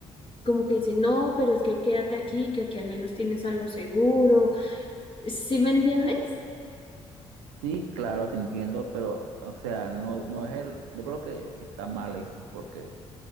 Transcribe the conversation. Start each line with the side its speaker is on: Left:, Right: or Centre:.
Left: Como que dicen, no, pero es que quédate aquí, que aquí al menos tienes algo seguro. ¿Sí me entiendes?
Right: Sí, claro, te entiendo, pero, o sea, no, no es el, yo creo que está mal eso, porque